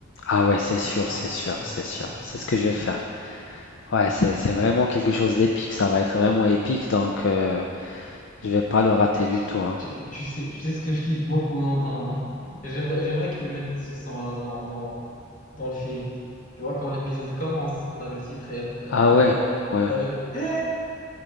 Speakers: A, on the left (about 60°); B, on the left (about 40°).
A: Ah ouais, c'est sûr,
B: Ouais,
A: c'est sûr,
B: ouais,
A: c'est sûr.
B: ouais,
A: C'est
B: ouais,
A: ce que je vais
B: ouais.
A: faire. Ouais, c'est c'est vraiment quelque chose d'épique. Ça va être vraiment épique, donc euh, je vais pas le rater du
B: Je-
A: tout, hein.
B: Tu, tu sais, tu sais ce que je kiffe beaucoup non, dans... <laughs> J'aimerais, j'aimerais qu'ils mettent ce son-là dans, dans, dans le film. Tu vois, quand l'épisode commence, t'as le titre et ap- après
A: Ah ouais,
B: t'as le...
A: ouais,
B: T'as le... <laughs>